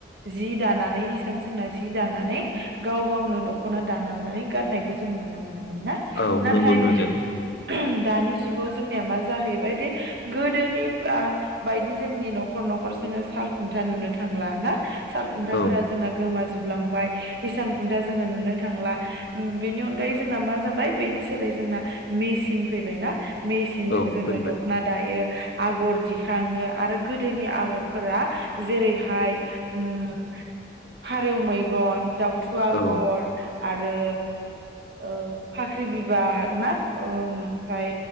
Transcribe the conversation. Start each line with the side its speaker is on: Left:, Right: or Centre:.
Right: जि दानानै हिसान सोंना जि दानानै गाव गावनो दख'ना दाना लानानै गाननायखौ जों नुनो मोनोमोन। ना
Left: औ
Right: नाथाय
Left: नंगौ नुदों उम,
Right: <unintelligible> दानि जुगाव जोंनिया मा जाहैबायदि गोदोनि आ बायदि जोंनि न'खर न'खर जोङो साल खुन्था नुनो थांला ना? सालखुन्थाफोरा
Left: औ
Right: जोंना गोमा जोबलांबाय हिसान खुन्था जोंङो नुनो थांला बेनि अनगायै जोंना मा। जाबाय बेनि सोलाय जोंना मेचिन फैबायना? मेचिनजों
Left: औ
Right: जोङो
Left: फैबाय
Right: दख'ना दायो आगर दिखाङो आरो। गोदोनि आगरफोरा जेरैहाय उम फारेव मैगन दाउ। थु आगर।
Left: औ
Right: आरो ओ। फाख्रि बिबार ना? ओम फाय।